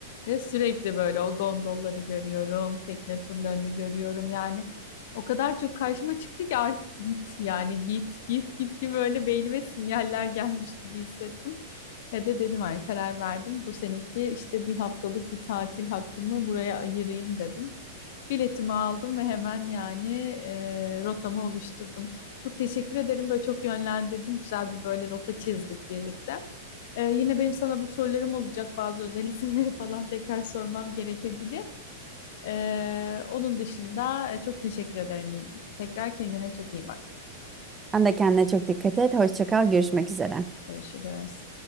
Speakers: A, on the left; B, on the right.
A: Ve sürekli böyle o gondolları görüyorum, tekne turlarını görüyorum. Yani o kadar çok karşıma çıktı ki artık git yani git git git gibi böyle beynime sinyaller gelmiş gibi hissettim. Ve de dedim hani karar verdim. Bu seneki işte bir haftalık bir tatil hakkımı buraya ayırayım dedim. Biletimi aldım ve hemen yani e, rotamı oluşturdum. Çok teşekkür ederim. Böyle çok yönlendirdin. Güzel bir böyle rota çizdik birlikte. E, yine benim sana bu sorularım olacak. Bazı özel <laughs> isimleri falan tekrar sormam gerekebilir. E, onun dışında e, çok teşekkür ederim. Tekrar kendine çok iyi bak.
B: Sen de kendine çok dikkat et. Hoşça kal. Görüşmek üzere.
A: Görüşürüz.